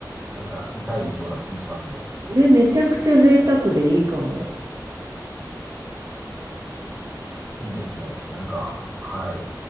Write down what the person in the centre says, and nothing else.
なんかいたいような気しますね。
いいですね。なんか、はい。